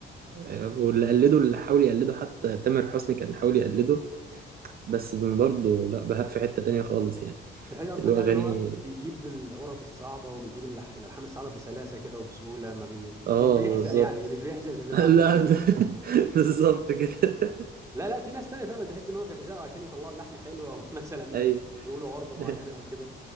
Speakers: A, on the right (about 50°); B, on the right (about 15°).
A: آه، واللي قلده اللي حاول يقلده حتى تامر حسني كان حاول يقلده بس برضه لا بهاء في حتة تانية خالص يعني
B: بحيث قصدك
A: اللي هو
B: يعني
A: أغاني
B: ان هو بيجيب العرب الصعبه وبيجيب اللح- الالحان الصعبه بسلاسه كده وبسهوله ما بي...
A: آه
B: مش بيحزق
A: بالظبط
B: يعني مش بيحزق زي بالمعنى
A: <laughs> لا <laughs> بالظبط كده
B: لا لا في ناس تانية فعلا تحس ان هو بيحزقوا عشان يطلعوا اللحن حلو او <laughs> مثلا
A: <laughs> أيوه
B: يقولوا عربة معينة
A: <laughs>
B: او كده